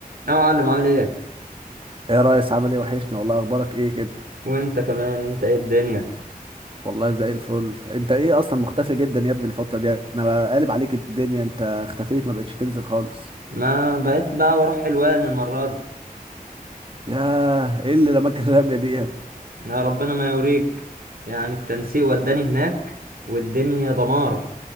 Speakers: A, on the right; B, on the right.
A: يا معلم عامل ايه
B: ايه يا ريس عامل ايه وحشني والله اخبارك ايه كده
A: وانت كمان انت ايه الدنيا
B: والله زي الفل انت ايه اصلا مختفي جدا يا ابني الفتره دي انا بقالب عليك الدنيا انت اختفيت ما بقتش تنزل خالص
A: ما بقيت بقى بروح حلوان المرة دي
B: ياه ايه اللي رماك الرميه دي يا ابني
A: يا ربنا ما يوريك يعني التنسيق وداني هناك والدنيا دمار